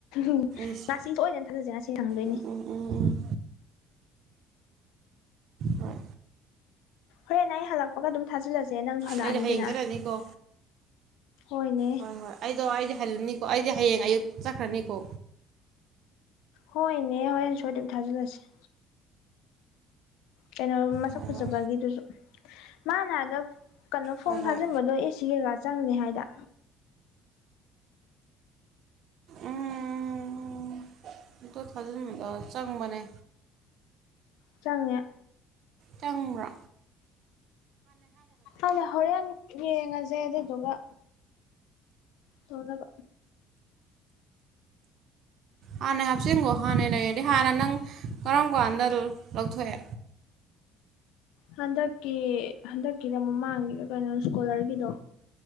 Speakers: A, on the left; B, on the right.
A: ꯎ
B: ꯏꯁ
A: ꯉꯁꯤ ꯁꯣꯏꯗꯅ ꯊꯥꯖꯁꯦ ꯉꯁꯤ ꯁꯪꯗꯣꯏꯅꯤ
B: ꯎꯝ ꯎꯝ ꯎꯝ... ꯍꯣꯢ
A: ꯍꯣꯔꯦꯟ ꯑꯩ ꯍꯜꯂꯛꯄꯒ ꯑꯗꯨꯝ ꯊꯥꯖꯤꯜꯂꯁꯦ ꯅꯪꯁꯨ ꯍꯜꯂꯛꯑꯅꯤꯗꯅ
B: ꯑꯩꯗꯤ ꯍꯌꯦꯡ ꯆꯠꯂꯅꯤꯀꯣ
A: ꯍꯣꯏꯅꯦ
B: ꯍꯣꯏ ꯍꯣꯏ ꯑꯩꯗꯣ ꯑꯩꯗꯤ ꯍꯜꯂꯅꯤꯀꯣ ꯑꯩꯗꯤ ꯍꯌꯦꯡ ꯑꯌꯨꯛ ꯆꯠꯈ꯭ꯔꯅꯤꯀꯣ
A: ꯍꯣꯏꯅꯦ ꯍꯣꯔꯦꯟ ꯁꯣꯏꯗꯅ ꯊꯥꯖꯤꯜꯂꯁꯤ ꯀꯩꯅꯣ ꯃꯁꯛ
B: ꯍꯣꯏ
A: ꯐꯖꯕꯒꯤꯗꯨꯁꯨ
B: ꯍꯣꯏ
A: ꯃꯥ ꯂꯥꯟꯗ..... ꯀꯩꯅꯣ ꯐꯣꯝ
B: ꯍꯣꯏ ꯍꯣꯏ
A: ꯊꯥꯖꯤꯟꯕꯗꯣ ꯑꯦ ꯁꯤ ꯀꯩꯀꯥ ꯆꯪꯅꯦ ꯍꯥꯏꯗ
B: ꯎꯝ...... ꯑꯇꯨ ꯐꯖꯅꯀ ꯆꯪꯕꯅꯦ
A: ꯆꯪꯉꯦ
B: ꯆꯪꯕ꯭ꯕꯥ
A: ꯑꯩ ꯍꯣꯔꯦꯟ ꯌꯦꯡꯉꯁꯦ ꯑꯗꯨꯗꯨꯒ ꯇꯧꯅꯕ
B: ꯍꯥꯟꯅꯦ ꯍꯥꯞꯆꯤꯟꯈꯣ ꯍꯥꯟꯅꯩ ꯂꯩꯔꯗꯤ ꯍꯥꯟꯅ ꯅꯪ ꯀꯔꯝ ꯀꯥꯟꯗ ꯂꯧꯊꯣꯛꯑꯦ
A: ꯍꯟꯗꯛꯀꯤ ꯍꯟꯗꯛꯀꯤꯔ ꯃꯃꯥꯡꯒꯤꯔ ꯀꯩꯅꯣ ꯁ꯭ꯀꯣꯂꯔꯒꯤꯗꯣ